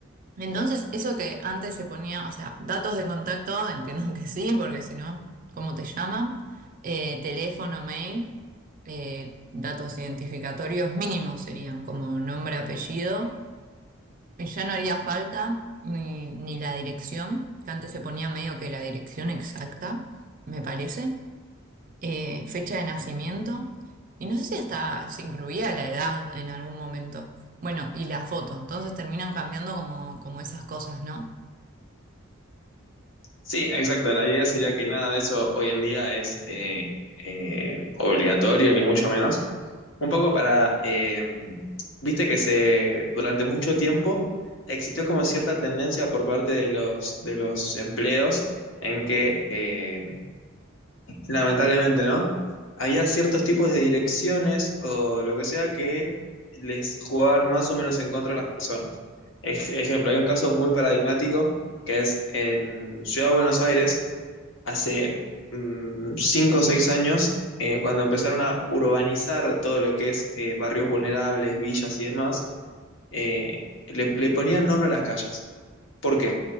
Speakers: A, on the right (about 40°); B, on the left (about 60°).
A: entonces, eso que antes se ponía, o sea, datos de contacto, entiendo que sí, porque si no, ¿cómo te llaman? Eh, teléfono, mail, eh, datos identificatorios mínimos serían como nombre, apellido. Y Ya no haría falta ni, ni la dirección, que antes se ponía medio que la dirección exacta, me parece, eh, fecha de nacimiento, y no sé si hasta se incluía la edad en algún momento. Bueno, y la foto, entonces terminan cambiando como, como esas cosas, ¿no?
B: Sí, exacto. La idea sería que nada de eso hoy en día es eh, eh, obligatorio, ni mucho menos. Un poco para, eh, viste que se, durante mucho tiempo existió como cierta tendencia por parte de los, de los empleos en que, eh, lamentablemente, ¿no? Había ciertos tipos de direcciones o lo que sea que les jugaban más o menos en contra a las personas. Ej- ejemplo, hay un caso muy paradigmático que es en Ciudad de Buenos Aires, hace mm, cinco o seis años, eh, cuando empezaron a urbanizar todo lo que es eh, barrios vulnerables, villas y demás, eh, le, le ponían nombre a las calles. ¿Por qué?